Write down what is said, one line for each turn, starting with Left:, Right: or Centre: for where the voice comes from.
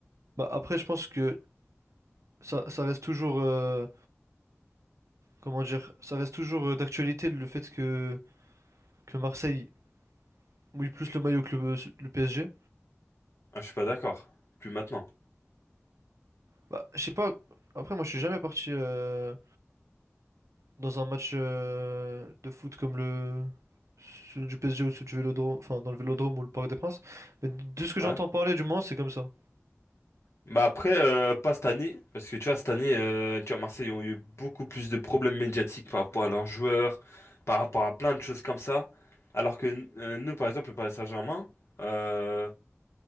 Right: Bah après, je pense que ça, ça reste toujours, euh, comment dire, ça reste toujours euh, d'actualité le fait que, que Marseille mouille plus le maillot que le, le PSG.
Left: Ah, je suis pas d'accord. Plus maintenant.
Right: Bah, je sais pas, après moi je suis jamais parti euh, dans un match euh, de foot comme le celui du PSG ou celui du Vélodrome, enfin dans le Vélodrome ou le Parc des Princes, mais de ce que j'entends
Left: Ouais.
Right: parler du moins c'est comme ça.
Left: Bah après, euh, pas cette année, parce que tu vois, cette année, euh, tu vois, Marseille ont eu beaucoup plus de problèmes médiatiques par rapport à leurs joueurs, par rapport à plein de choses comme ça. Alors que euh, nous, par exemple, le Paris Saint-Germain, euh,